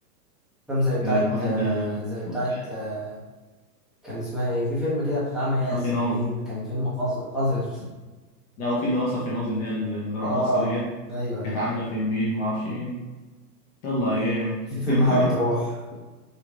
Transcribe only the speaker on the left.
آه، الواحد
آه،
بس يعني
ما في
نار
لا وفي اللي هو صافي اللي هي الرقاصة
ديت
كانت عاملة فيلمين معرفش ايه يلا ايام
<laughs>